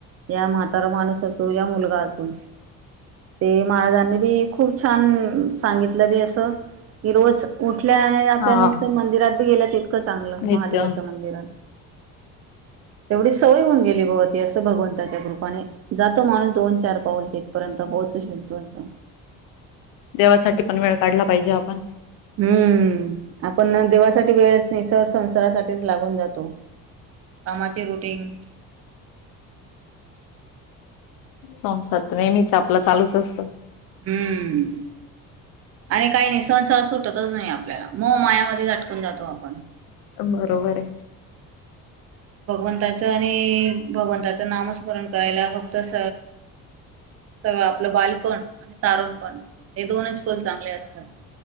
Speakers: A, on the right; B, on the left.
A: या म्हातारा माणूस असो, या मुलगा असो ते महाराजांनी बी खूप छान सांगितलं. बी आस की, रोज उठल्या आणि आपल्या
B: हा
A: निस्त मंदिरात बी गेल्या इतकं चांगलं.
B: नित्य
A: महादेवाच्या मंदिरात तेवढी सवय होऊन गेली बुवा, ती असं भगवंताच्या कृपाने, जातो माणूस दोन चार पाऊल तिथपर्यंत पोहोचू शकतो. असं
B: देवासाठी पण वेळ काढला पाहिजे आपण
A: हूमम आपण देवासाठी वेळच नाही सर संंसारासाठीच लागून जातो. कामाचे रुटिंग
B: संसार नेहमीच आपलं चालूच असत
A: हम्म आणि काही नाही संसार सुटतच नाही आपल्याला मो मायामध्ये झटकून जातो आपण
B: बरोबर आहे
A: भगवंताचं आणि भगवंताचं नामस्मरण करायला फक्त स सगळ आपलं बालपण आणि तारुण पण हे दोनच पल चांगले असतात